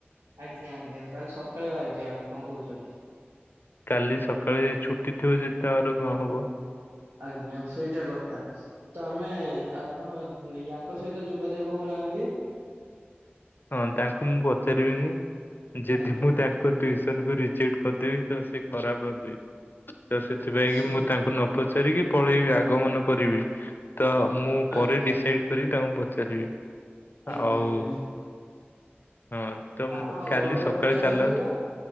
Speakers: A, on the right (about 80°); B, on the left (about 55°).
A: ଆଜ୍ଞା, ଆଜ୍ଞା କାଲି ସକାଳେ ବାହାରିଯିବା ଆମେ, କଣ କହୁଛନ୍ତି?
B: କାଲି ସକାଳେ ଛୁଟି ଥିବ ଯଦି ତାପରେ କଣ ହବ?
A: ଆଜ୍ଞା ସେଇଟା କଥା। ତୋମେ ଆପଣ ୟାଙ୍କ ସହିତ ଯୋଗାଯୋଗ ହଉ ନାହାନ୍ତି।
B: ହଁ ତାଙ୍କୁ ମୁଁ ପଚାରିବିନି। ଯଦି
A: ଆଜ୍ଞା।
B: ମୁଁ ତାଙ୍କ ଟିଉସନ କୁୁ ରିଜେକ୍ଟ କରିଦେବି ତ ସେ ଖରାପ ଭାବିବେ। ତ ସେଥିପାଇଁ
A: ସିଏ
B: କି ମୁଁ ତାଙ୍କୁ ନ ପଚାରିକି ପଳେଇବି ଆଗମନ କରିବି, ତ ମୁଁ
A: ଆଜ୍ଞା
B: ପରେ ଡିସାଇଡ଼୍ କରିକି ତାଙ୍କୁ ପଚାରିବି।
A: ଆଜ୍ଞା
B: ଆଉ
A: ଆଜ୍ଞା।
B: ହଁ ତୁଁ
A: ଆପଣ
B: କାଲି
A: ଘରେ
B: ସକାଳେ
A: ପଚାରିଛନ୍ତି
B: ଚାଲନ୍ତି
A: ଏଇଟା